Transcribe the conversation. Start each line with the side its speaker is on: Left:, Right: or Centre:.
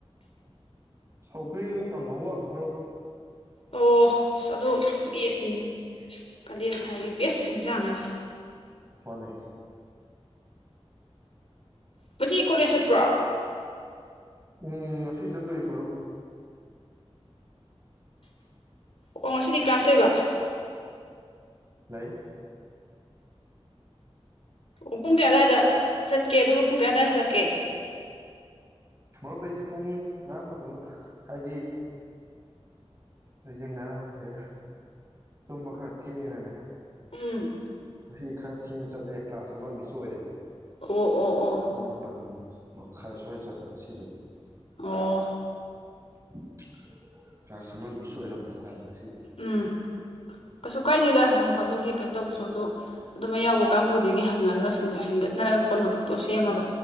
Right: ꯁꯧꯀ꯭ꯔꯤ ꯀꯥꯡꯍꯧꯒ ꯃꯔꯨꯞ
Left: ꯑꯣꯁ ꯑꯗꯨ ꯕꯦꯁꯅꯤꯅꯦ ꯀꯥꯂꯦꯟ ꯊꯥꯒꯤ ꯕꯦꯁ ꯏꯟꯁꯥꯡ ꯍꯥꯏꯁꯦ
Right: ꯃꯥꯅꯦ
Left: ꯃꯁꯤ ꯀꯣꯂꯦꯖ ꯆꯠꯄ꯭ꯔꯣ
Right: ꯎꯝ ꯉꯁꯤ ꯆꯠꯂꯨꯏ ꯃꯔꯨꯞ
Left: ꯑꯣ ꯉꯁꯤꯗꯤ ꯀ꯭ꯂꯥꯁ ꯂꯩꯕ
Right: ꯂꯩ
Left: ꯑꯣ ꯄꯨꯡ ꯀꯌꯥ ꯑꯗꯨꯋꯥꯏꯗ ꯆꯠꯀꯦ ꯑꯗꯨꯒ ꯄꯨꯡ ꯀꯌꯥ ꯑꯗꯨꯋꯥꯏꯗ ꯍꯜꯂꯛꯀꯦ
Right: ꯃꯔꯨꯞꯑꯩꯁꯦ ꯄꯨꯡ ꯉꯔꯥꯡ ꯃꯇꯨꯡꯗ ꯍꯥꯏꯗꯤ ꯑꯩꯖꯦ ꯉꯔꯥꯡꯖꯦ ꯇꯨꯝꯕ ꯈꯔ ꯊꯦꯡꯉꯦꯅꯅꯦ
Left: ꯎꯝ
Right: ꯉꯁꯤ ꯈꯔ ꯊꯦꯡꯅ ꯆꯠꯂꯦ ꯀ꯭ꯂꯥꯁ ꯑꯃ ꯃꯤꯁ ꯑꯣꯏꯔꯦ
Left: ꯑꯣ ꯑꯣ ꯑꯣ
Right: ꯃꯨꯡ ꯃꯄꯟ ꯃꯈꯥꯏ ꯁ꯭ꯋꯥꯏ ꯆꯠꯂꯦ ꯉꯁꯤꯗꯤ
Left: ꯑꯣ
Right: <inaudible> ꯃꯤꯁ ꯑꯣꯏꯔꯝꯕ ꯍꯥꯏꯇꯥꯔꯦ ꯉꯁꯤꯁꯦ
Left: ꯎꯝ ꯀꯩꯁꯨ ꯀꯥꯏꯗꯦꯗ ꯅꯣꯡꯐꯥꯗꯣ ꯍꯦꯛ ꯀꯩꯅꯣ ꯇꯧꯕꯁꯨ ꯑꯗꯣ ꯑꯗꯨꯝ ꯑꯌꯥꯎꯕ ꯀꯥꯡꯕꯨꯗꯒꯤ ꯍꯪꯅꯔꯒꯒꯠ ꯁꯤꯡꯒꯠꯅꯔꯒ ꯀꯣ ꯅꯣꯠꯚꯨꯛꯇꯣ ꯁꯦꯝꯃꯒ